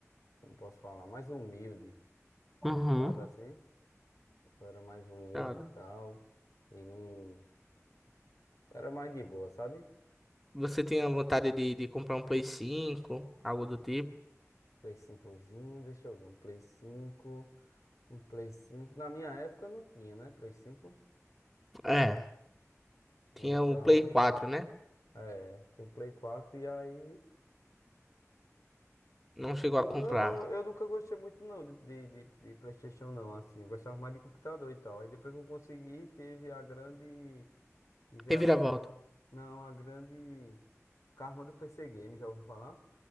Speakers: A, on the left (about 80°); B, in the centre.
A: como posso falar, mais humilde,
B: Uhum.
A: sabe assim? Eu era mais humilde
B: Cara,
A: e tal. E não. Era mais de boa, sabe?
B: você tinha vontade de, de comprar um Play 5 algo do tipo?
A: Play cincozinho, zinho deixa eu ver, um Play cinco, Um Play 5. Na minha época não tinha, né? Play 5.
B: É. Tinha
A: Então,
B: o Play quatro né?
A: é, tinha um Play 4 e aí.
B: Não chegou
A: Não,
B: a comprar.
A: não, eu nunca gostei muito não de, de, de, de PlayStation não, assim, eu gostava mais de computador e tal. Aí depois que eu consegui, teve a grande, tive a
B: Reviravolta.
A: grande, não, a grande karma do PC Game, já ouviu falar?